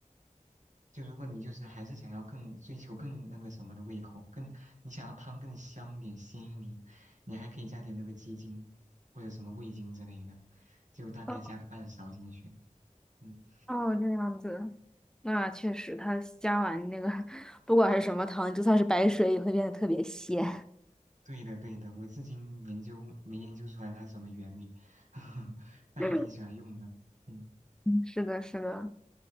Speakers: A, on the right; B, in the centre.
A: 就如果你就是还是想要更追求更那个什么的胃口，更你想要汤更香一点、鲜一点，你还可以加点那个鸡精或者什么味精之类的，就大概加个半勺进去。
B: 哦，
A: 嗯，
B: 哦这样子，那确实，它加完那个，<laughs> 不管是什么糖，就算是白水也会变得特别鲜。
A: 对的对的，我至今研究没研究出来它是什么原理，<laughs> 那还挺喜欢用的。
B: 嗯
A: 嗯，
B: <laughs> 是的，是的，